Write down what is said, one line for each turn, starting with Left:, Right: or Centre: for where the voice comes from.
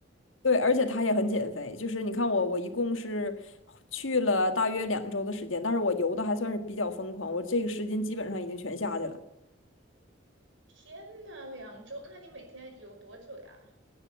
Left: 对，而且它也很减肥，就是你看我，我一共是去了大约两周的时间，但是我游的还算是比较疯狂，我这个十斤基本上已经全下去了。
Right: 天呐，两周？那你每天游多久呀？